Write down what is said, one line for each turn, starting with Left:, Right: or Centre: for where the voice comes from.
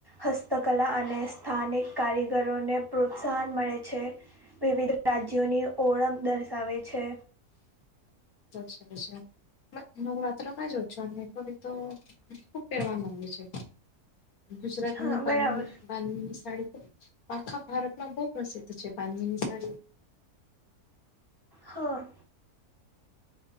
Right: હસ્તકલા અને સ્થાનિક કારીગરોને પ્રોત્સાહન મળે છે વિવિધ રાજ્યોની ઓળખ દર્શાવે છે
Left: હશેશે નવરાત્ર માં જ છો અને થડી તો ખુબ પહેરવામાં આવે છે ગુજરાતની
Right: હા
Left: પાણીણી
Right: બરાબર
Left: બાંધની સાડી તો આખા ભારતમાં બહુ પ્રસિદ્ધ છે બાંધની સાડી
Right: હા